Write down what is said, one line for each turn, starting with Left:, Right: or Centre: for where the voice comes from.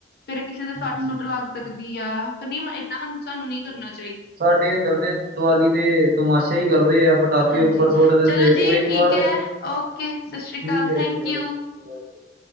Left: ਫੇਰ ਕਿਸੇ ਦੇ ਸੱਟ
Right: ਜੀ
Left: ਸੁੱਟ
Right: ਜੀ
Left: ਲੱਗ ਸਕਦੀ ਆ ਫ਼ਿਰ ਨੀ ਏਦਾਂ ਸਾਨੂੰ ਨੀ ਕਰਨਾਦਾ।
Right: ਜੀ ਸਾਡੇ ਇੱਧਰ ਦੇ ਦੀਵਾਲੀ ਦੇ ਤਮਾਸ਼ਾ ਹੀ ਕਰਦੇ ਆ। ਪਟਾਕੇ
Left: ਹਾਂਜੀ
Right: ਉੱਪਰ ਸੁੱਟ ਦਿੰਦੇ
Left: ਚਲੋ
Right: ਉਹ
Left: ਜੀ
Right: ਇੱਕ
Left: ਠੀਕ
Right: ਵਾਰ
Left: ਹੈ ਓਕੇ ਸਤਿ ਸ੍ਰੀ
Right: ਠੀਕ
Left: ਅਕਾਲ
Right: ਹੈ
Left: ਥੈਂਕ
Right: ਜੀ ਆ।
Left: ਯੂ
Right: ਅੱਛਾ।